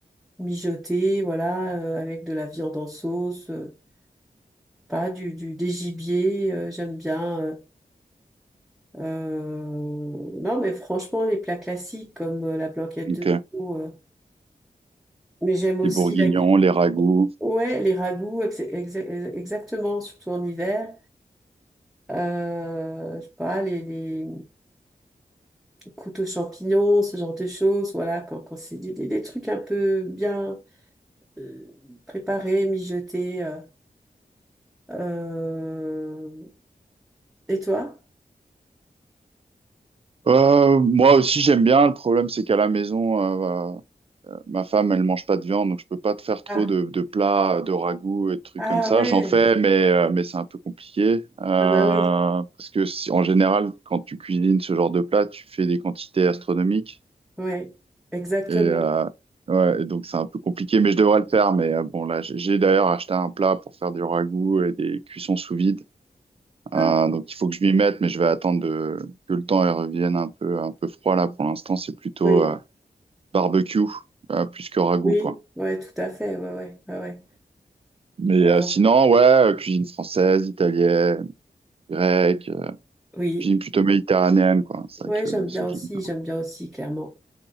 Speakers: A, in the centre; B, on the right.
A: mijotés, voilà, euh, avec de la viande en sauce. euh, pas du, du des gibiers, euh, j'aime bien. euh, euh, non, mais franchement, les plats classiques comme euh, la blanquette de
B: Ok.
A: veau. euh, mais j'aime aussi
B: Les bourguignons,
A: la,
B: les ragoûts.
A: ouais, les ragoûts, ex- ex- exactement, surtout en hiver. Euh, je sais pas, les, les croûtes aux champignons, ce genre de choses. Voilà, quand, quand c'est des, des, des trucs un peu bien euh, préparés, mijotés. euh. Euh, Et toi?
B: Euh, moi aussi j'aime bien. Le problème c'est qu'à la maison, euh, Ma femme, elle mange pas de viande, donc je peux pas te faire trop
A: Ah,
B: de, de plats, de ragoûts et de trucs comme
A: ah
B: ça.
A: ouais.
B: J'en fais, mais, euh, mais c'est un peu compliqué. Euh,
A: Ah bah oui.
B: parce que si- en général, quand tu cuisines ce genre de plat, tu fais des quantités astronomiques.
A: Oui, exactement.
B: Et, euh, ouais, et donc c'est un peu compliqué, mais je devrais le faire. Mais euh, bon, là, j'ai j'ai d'ailleurs acheté un plat pour faire du ragoût et des cuissons sous vide.
A: Ah,
B: Euh, donc il faut que je m'y mette, mais je vais attendre de- que le temps elle revienne un peu, un peu froid là. Pour l'instant, c'est plutôt
A: oui,
B: euh, barbecue euh, plus que ragoût,
A: oui,
B: quoi.
A: ouais, tout à fait, ouais, ouais, ouais, ouais.
B: Mais
A: Euh,
B: euh, sinon, ouais, euh, cuisine française, italienne, grecque, euh,
A: oui,
B: cuisine plutôt méditerranéenne, quoi. C'est
A: ouais,
B: vrai que
A: j'aime
B: ça,
A: bien
B: que
A: aussi,
B: j'aime
A: j'aime bien aussi, clairement,